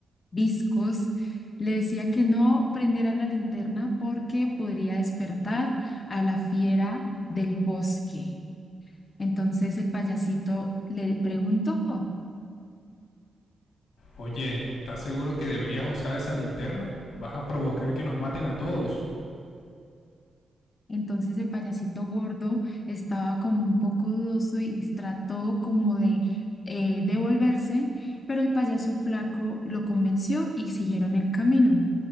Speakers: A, on the left (about 35°); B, on the left (about 80°).
A: viscos, le decía que no prendiera la linterna porque podría despertar a la fiera del bosque. Entonces el payasito le preguntó.
B: Oye, ¿estás seguro que deberías usar esa linterna? Vas a provocar que nos maten a todos.
A: Entonces el payasito gordo estaba como un poco dudoso y trató como de eh, devolverse, pero el payaso flaco lo convenció y siguieron el camino.